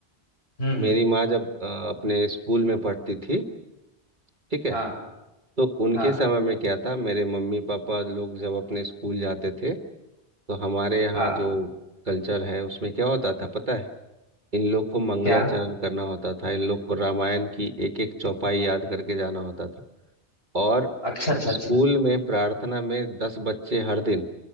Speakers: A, on the left; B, on the right.
A: हम्म
B: मेरी माँ जब अ, अपने स्कूल में पढ़ती थी ठीक है
A: हाँ
B: तो उनके
A: हाँ
B: समय में क्या था मेरे मम्मी पापा लोग जब अपने स्कूल जाते थे तो हमारे यहाँ
A: हाँ
B: जो कल्चर है उसमें क्या होता था पता है इन लोग को मंगलाचरण
A: क्या
B: करना होता था इन लोग को रामायण की एक एक चौपाई याद करके जाना होता था और
A: अच्छा अच्छा
B: स्कूल
A: अच्छा
B: में प्रार्थना में दस बच्चे हर दिन